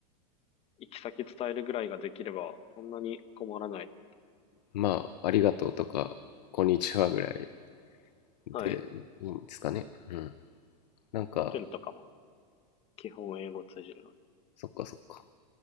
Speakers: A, on the left; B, on the left.
A: 行き先伝えるぐらいができれば、そんなに困らない。
B: まあ、ありがとうとか、こんにちはぐらい
A: はい。
B: でいいんですかね。うん。なんか、
A: ホテルとかも基本英語通じるので。
B: そっかそっか。